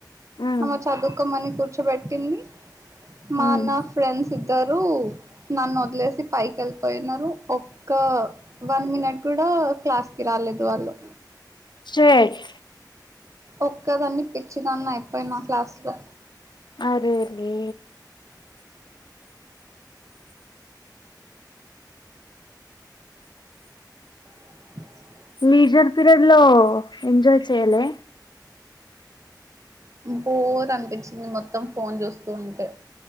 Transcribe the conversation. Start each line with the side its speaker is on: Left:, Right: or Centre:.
Left: ఉమ్
Right: ఆమె చదువుకోమని కుర్ ర్చోబెట్టింది. మా
Left: ఉమ్
Right: నా ఫ్రెండ్స్ త్తరు నన్ను వదిలేసి పైకి వెళ్ళిపోయినారు. ఒక్క వన్ మినిట్ కూడా క్లాస్ కి రాలేదు. వాళ్ళు
Left: స్వీట్
Right: ఒక్కదాన్నే పిచ్చిదాన్ని అయిపోయిన క్లాస్లో
Left: అరే రే
Right: <inaudible>
Left: లీజర్ పీరియడ్ లో ఎంజాయ్ చెయాలే
Right: బోర్ అనిపించింది మొత్తం ఫోన్ చూస్తూ ఉంటే